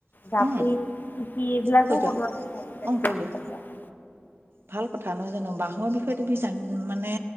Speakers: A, on the left; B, on the right.
A: জাপি,
B: উম
A: টুপী এইবিলাকো
B: কৈ যোৱা
A: বনোৱা--আজিকালি
B: অ কৈ
A: গ্ৰাহকসকলক
B: যোৱা ভাল কথা, নহয় জানোঁ। বাঁহৰ বিষয়ে তুমি জান মানে